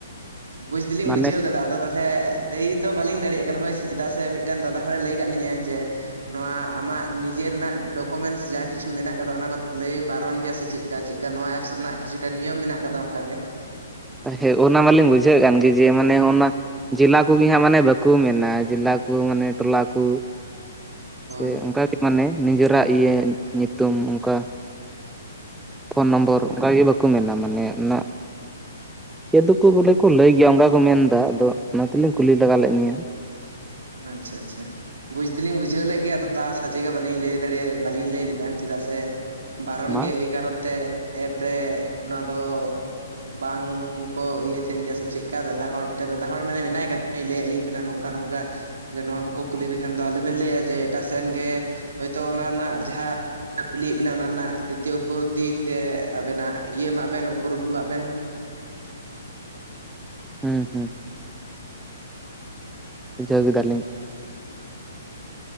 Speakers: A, on the right; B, in the centre.
A: ᱵᱩᱡᱽ ᱫᱚᱞᱤᱧ
B: ᱢᱟᱱᱮ
A: ᱵᱩᱡᱷᱟᱹᱣ ᱠᱮᱫᱟ ᱟᱫᱚ ᱛᱟᱦᱚᱞᱮ ᱞᱟᱹᱭ ᱫᱚ ᱵᱟᱞᱤᱧ ᱫᱟᱲᱮᱭᱟᱜ ᱠᱟᱱᱟ ᱦᱳᱭ ᱥᱮ ᱪᱮᱫᱟᱜ ᱥᱮ ᱢᱤᱫᱴᱮᱱ ᱫᱟᱫᱟ ᱦᱚᱲᱮ ᱞᱟᱹᱭ ᱠᱟᱫ ᱞᱤᱧᱟᱹ ᱡᱮ ᱱᱚᱣᱟ ᱟᱢᱟᱜ ᱱᱤᱡᱮ ᱨᱮᱱᱟᱜ ᱰᱚᱠᱩᱢᱮᱱᱴᱥ ᱡᱟ ᱠᱤᱪᱷᱩ ᱢᱮᱱᱟᱜ ᱠᱟᱫᱟ ᱚᱱᱟ ᱠᱚ ᱞᱟᱹᱭ ᱵᱟᱨᱚᱱ ᱜᱮᱭᱟ ᱥᱮ ᱪᱮᱜ? ᱪᱮᱠᱟ ᱪᱮᱫᱠᱟ ᱱᱚᱣᱟ ᱮᱯᱥ ᱨᱮᱱᱟᱜ ᱠᱤᱪᱷᱩᱴᱟ ᱱᱤᱭᱚᱢ ᱢᱮᱱᱟᱜ ᱠᱟᱫᱟ ᱚᱝᱠᱟ ᱜᱮ᱾
B: ᱦᱮᱸ ᱚᱱᱟ ᱢᱟᱞᱤᱧ ᱵᱩᱡᱷᱟᱹᱣᱮᱫ ᱠᱟᱱᱜᱮ ᱡᱮ ᱢᱟᱱᱮ ᱚᱱᱟ ᱡᱮᱞᱟ ᱠᱚᱜᱮ ᱦᱟᱸᱜ ᱢᱟᱱᱮ ᱵᱟᱠᱚ ᱢᱮᱱᱟ ᱡᱮᱞᱟ ᱠᱩ ᱢᱟᱱᱮ ᱴᱚᱞᱟ ᱠᱩ᱾
A: ᱦᱳᱭ
B: ᱥᱮ ᱚᱱᱠᱟᱜᱮ ᱢᱟᱱᱮ ᱱᱤᱡᱮᱨᱟᱜ ᱤᱭᱟᱹ ᱧᱩᱛᱩᱢ ᱚᱱᱠᱟ ᱯᱷᱳᱱ ᱱᱚᱢᱵᱚᱨ ᱚᱱᱠᱟᱜ ᱜᱮ ᱵᱟᱠᱚ ᱢᱮᱱᱟ ᱢᱟᱱᱮ ᱩᱱᱟᱹᱜ ᱡᱮ ᱫᱚᱠᱚ ᱵᱚᱞᱮ ᱠᱚ ᱞᱟᱹᱭ ᱜᱮᱭᱟ ᱚᱱᱠᱟ ᱠᱚ ᱢᱮᱱ ᱫᱟ ᱟᱫᱚ ᱚᱱᱟᱛᱮᱞᱤᱧ ᱠᱩᱞᱤ ᱞᱟᱜᱟ ᱞᱮᱜ ᱢᱮᱭᱟ᱾
A: ᱟᱪᱪᱷᱟ ᱟᱪᱪᱷᱟ ᱵᱩᱡᱽ ᱫᱚᱞᱤᱧ ᱵᱩᱡᱷᱟᱹᱣ ᱞᱮᱫ ᱜᱮᱭᱟ ᱟᱫᱚ ᱛᱟ ᱥᱟᱡᱮ ᱜᱮ ᱵᱟᱹᱞᱤᱧ ᱞᱟᱹᱭ ᱫᱟᱲᱮᱭᱟᱜ ᱵᱟᱹᱞᱤᱧ ᱞᱟᱹᱭ ᱞᱮᱫᱟ ᱪᱮᱫᱟᱜ ᱥᱮ ᱵᱟᱨᱚᱱ
B: ᱢᱟ
A: ᱜᱮᱭᱟ ᱮᱭ ᱠᱟᱨᱚᱱ ᱛᱮ ᱮᱯ ᱨᱮ ᱱᱚᱣᱟ ᱫᱚ ᱵᱟᱝ ᱠᱚ ᱤᱭᱟᱹᱭ ᱛᱟᱦᱮᱱ ᱜᱮᱭᱟ ᱥᱮ ᱪᱮᱫᱠᱟ ᱫᱟᱫᱟ ᱦᱚᱲ ᱢᱤᱫᱴᱮᱱ ᱫᱟᱫᱟ ᱦᱚᱲ ᱢᱟᱱᱮ ᱢᱮᱱᱟᱭ ᱠᱟᱫ ᱞᱟᱹᱭᱟᱜᱞᱤᱧ ᱛᱟᱦᱮᱱᱟ ᱱᱚᱝᱠᱟ ᱱᱚᱝᱠᱟ ᱡᱮ ᱱᱚᱣᱟ ᱠᱚᱠᱚ ᱠᱩᱞᱤ ᱞᱮᱠᱷᱟᱱ ᱫᱚ ᱟᱞ ᱵᱮᱱ ᱞᱟᱹᱭᱟ ᱡᱮ ᱮᱴᱟᱜ ᱥᱮᱱ ᱜᱮ ᱦᱳᱭᱛᱳ ᱚᱱᱟ ᱨᱮᱱᱟᱜ ᱡᱟᱦᱟᱸ ᱠᱩᱞᱤᱭᱮᱫ ᱵᱮᱱᱟ ᱚᱱᱟ ᱨᱮᱱᱟᱜ ᱫᱤᱛᱤᱭᱚ ᱩᱯᱚᱞᱚᱵᱽᱫᱤ ᱛᱮ ᱟᱵᱮᱱᱟᱜ ᱤᱭᱟᱹ ᱮᱢᱟᱜ ᱵᱮᱱ ᱩᱯᱨᱩᱢ ᱮᱢᱟᱜ ᱵᱮᱱ᱾
B: ᱦᱩᱸ ᱦᱩᱸ᱾ ᱵᱩᱡᱷᱟᱹᱣ ᱠᱮᱫᱟᱞᱤᱧ᱾